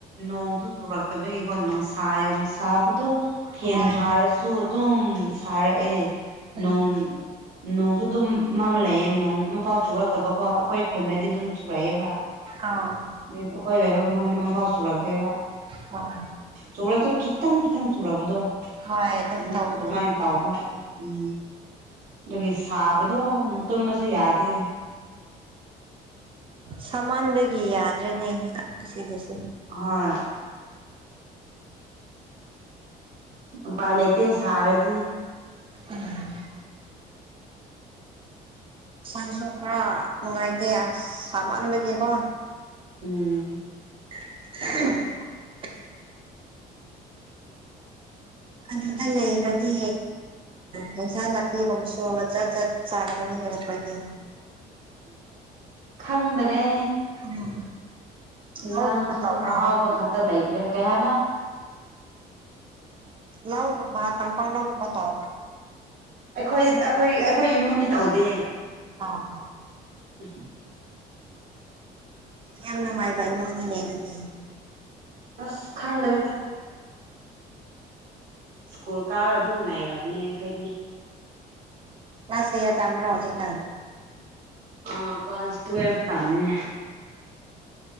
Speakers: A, on the right (about 50°); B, on the right (about 30°).
A: ꯅꯣꯡꯗꯨ ꯆꯨꯔꯛꯇꯕꯒꯤꯀꯣ ꯅꯨꯡꯁꯥ ꯌꯥꯝ ꯁꯥꯕꯗꯣ ꯐꯦꯟ
B: ꯍꯣꯏ
A: ꯊꯥꯔꯁꯨ ꯑꯗꯨꯝ ꯁꯥꯔꯛꯑꯦ
B: ꯎꯝ
A: ꯅꯣꯡ ꯅꯣꯡꯁꯨ ꯑꯗꯨꯝ ꯃꯝ ꯂꯩꯑꯦ ꯅꯣꯡ ꯑꯃꯐꯥꯎ ꯆꯨꯔꯛꯇꯕꯀꯣ ꯑꯩꯈꯣꯏ ꯈꯨꯟꯗꯗꯤ ꯑꯗꯨꯝ ꯁꯨꯔꯛꯑꯦꯕ
B: ꯑꯥꯎ
A: ꯑꯩꯈꯣꯏ ꯂꯩꯕ ꯃꯐꯝ ꯃꯐꯥꯎ ꯁꯨꯔꯛꯇꯦꯕ
B: ꯍꯣꯏ
A: ꯆꯨꯔꯥꯁꯨ ꯈꯤꯇꯪ ꯈꯤꯇꯪ ꯆꯧꯨꯔꯥꯔꯕꯗꯣ
B: ꯍꯣꯏ ꯑꯗꯨꯝ
A: ꯍꯣꯏ
B: ꯇꯧꯅꯤ
A: ꯑꯗꯨꯃꯥꯏꯅ ꯇꯧꯕ ꯎꯝ ꯑꯗꯨꯒꯤ ꯁꯥꯕꯗꯣ ꯇꯨꯝꯃꯁꯨ ꯌꯥꯗꯦ
B: ꯁꯃꯥꯟꯒꯤ ꯌꯥꯗ꯭ꯔꯦꯅꯦ ꯑꯁꯤꯗꯁꯨ
A: ꯍꯣꯏ ꯎꯄꯥꯏ ꯂꯩꯇꯦ ꯁꯥꯔꯗꯤ
B: ꯎꯝ ꯥꯡꯁꯨ ꯈꯔ ꯅꯨꯡꯉꯥꯏꯇꯦ ꯑꯁ ꯁꯃꯟ ꯂꯩꯒꯦꯀꯣ
A: ꯎꯝ
B: <unintelligible> <inaudible> ꯑꯗꯨꯗ ꯂꯩꯔꯗꯤ ꯍꯟꯁꯥꯡ ꯅꯥꯄꯤꯒꯨꯝ ꯁꯒ ꯆꯠ ꯆꯠ ꯆꯥꯅꯒꯤ ꯍꯔꯛꯄ ꯑꯗ
A: ꯈꯪꯗꯔꯦ
B: ꯎꯝ
A: ꯅꯟꯥꯡꯁꯨ
B: ꯂꯧꯒꯨꯝꯕ ꯇꯧꯕ꯭ꯔꯣ
A: ꯑꯍꯥꯎꯕ ꯈꯛꯇ ꯂꯩꯇ꯭ꯔꯦ ꯀꯩ ꯍꯥꯏꯕ
B: ꯂꯧ ꯃꯥꯄ ꯂꯕ ꯇ
A: ꯑꯩꯈꯣꯏ ꯑꯩꯈꯣꯏ ꯑꯩꯈꯣꯏ ꯏꯃꯨꯡꯗꯤ ꯇꯧꯗꯦ
B: ꯑꯥ ꯑꯥ
A: ꯎ
B: ꯌꯥꯝ ꯅꯨꯡꯉꯥꯏꯕ ꯏꯃꯨꯡꯅꯤꯅꯦ ꯑꯗꯨꯅꯤ
A: ꯑꯁ ꯈꯪꯗꯔꯤꯦꯗ ꯁ꯭ꯀꯨꯜ ꯀꯥꯔ ꯑꯗꯨꯝ ꯂꯩꯔꯕꯅꯦ ꯑꯩꯈꯣꯏꯗꯤ
B: ꯁꯤ ꯌꯥ ꯇꯔ ꯍꯧꯖꯤ ꯀꯥ
A: ꯑ ꯀ꯭ꯂꯥꯁꯥꯁ ꯇ꯭ꯋꯦꯜꯐ ꯇꯝꯃꯦ